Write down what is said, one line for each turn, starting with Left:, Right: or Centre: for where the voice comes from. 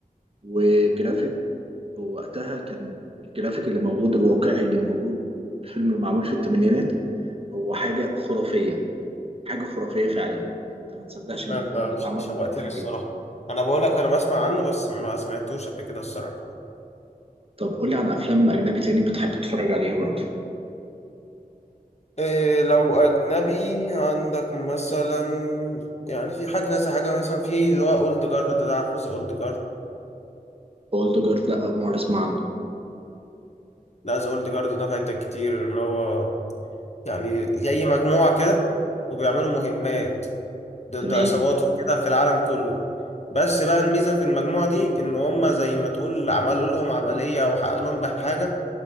Right: وجرافيك وقتها كان الجرافيك اللي موجود الواقعي اللي موجود فيلم معمول في الثمانينات هو حاجة خرافية حاجة خرافية فعلا انت ما تصدقش ان
Left: انت
Right: الفيلم ده اتعمل
Left: ش- شوقتني
Right: في الفترة
Left: الصراحه
Right: دي
Left: انا بقول لك انا بسمع عنه بس ما سمعتوش قبل كده الصراحه
Right: طب قول لي عن افلام اجنبي تاني بتحب تتفرج عليها برضه
Left: إيه لو اجنبي عندك مثلا يعني في حاجه كذا حاجه مثلا في اللي هو اولد جارد ده عارفه ذا اولد جارد
Right: اولد جارد لا اول مرة اسمع عنه
Left: لا ذا اولد جارد ده فايتك كتير ان هو يعني زي مجموعة كده وبيعملوا مهمات ضد
Right: تمام
Left: عصابات وكده في العالم كله بس بقى الميزة في المجموعة دي إن هما زي ما تقول عملوا لهم عملية أو حقنوا لهم بحاجة